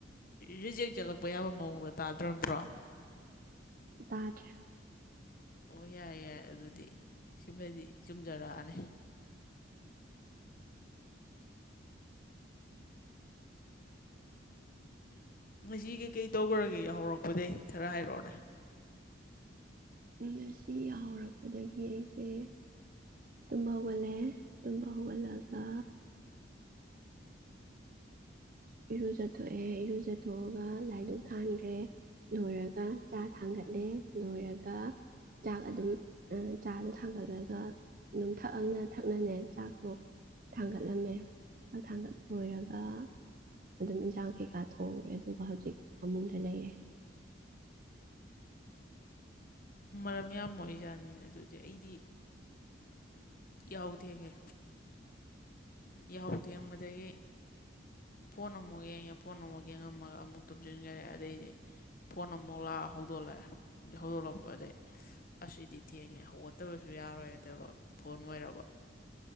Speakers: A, on the left (about 50°); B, on the right (about 50°).
A: ꯔꯤꯖꯦꯛ ꯆꯠꯂꯛꯄ ꯌꯥꯕ ꯃꯑꯣꯡꯗ ꯇꯥꯗ꯭ꯔꯝꯗ꯭ꯔꯣ
B: ꯇꯥꯗ꯭ꯔ
A: ꯑꯣ ꯌꯥꯏꯦ ꯌꯥꯏ ꯑꯗꯨꯗꯤ ꯁꯤꯃꯗꯤ ꯆꯨꯝꯖꯔꯛꯑꯅꯤ ꯉꯁꯤ ꯀꯩꯀꯩ ꯇꯧꯈ꯭ꯔꯒꯦ ꯍꯧꯔꯛꯄꯗꯒꯤꯩ ꯈꯔ ꯍꯥꯏꯔꯛꯑꯣꯅꯦ
B: ꯎ ꯁꯤ ꯌꯥ ꯍꯧꯧꯔꯛꯄꯗꯒꯤ ꯑꯩꯁꯦ ꯇꯨꯝꯕ ꯍꯒꯂꯦ ꯇꯨꯝꯕ ꯍꯒꯂꯒ ꯏꯔꯨꯖꯊꯣꯛꯑꯦ ꯏꯔꯨꯖꯊꯣꯛꯑꯒ ꯂꯥꯏꯗꯨꯛ ꯊꯥꯟꯈ꯭ꯔꯦ ꯂꯣꯏꯔꯒ ꯆꯥ ꯊꯥꯡꯒꯠꯂꯦ ꯂꯣꯏꯔꯒ ꯆꯥꯛ ꯑꯗꯨꯝ ꯆꯥꯗꯣ ꯊꯥꯡꯒꯠꯂꯒ ꯑꯗꯨꯝ ꯊꯛꯑꯅ ꯊꯛꯅꯅꯦ ꯆꯥꯛꯇꯣ ꯊꯥꯡꯒꯠꯂꯝꯃꯦ ꯆꯥꯛ ꯊꯥꯡꯒꯠ ꯑꯣꯏꯣꯏꯔꯒ ꯑꯗꯨꯝ ꯏꯟꯁꯥꯡ ꯀꯩꯀꯥ ꯊꯣꯡꯈ꯭ꯔꯦ ꯑꯗꯨꯒ ꯍꯧꯖꯤꯛ ꯐꯃꯨꯡꯗ ꯂꯩꯔꯦ <unintelligible>
A: ꯃꯔꯝ ꯌꯥꯝꯕ ꯑꯣꯏꯖꯥꯠꯅꯤ ꯑꯗꯨꯗꯤ ꯑꯩꯗꯤ ꯌꯥꯎ ꯊꯦꯡꯉꯦ ꯌꯥꯎ ꯊꯦꯡꯕꯗꯒꯤ ꯐꯣꯟ ꯑꯃꯨꯛ ꯌꯦꯡꯉꯦ ꯐꯣꯟ ꯑꯃꯨꯛ ꯌꯦꯡꯉꯝꯃꯒ ꯑꯃꯨꯛ ꯇꯨꯝꯁꯤꯟꯈꯔꯦ ꯑꯗꯩꯗꯤ ꯐꯣꯟꯃꯣꯂ ꯍꯧꯗꯣꯂꯦ ꯍꯧꯗꯣꯂ ꯑꯗꯩ ꯑꯁꯤꯗꯤ ꯊꯦꯡꯉꯦ ꯍꯧꯒꯠꯇꯕꯁꯨ ꯌꯥꯔꯣꯏꯗꯕ ꯐꯣꯟ ꯑꯣꯏꯔꯕ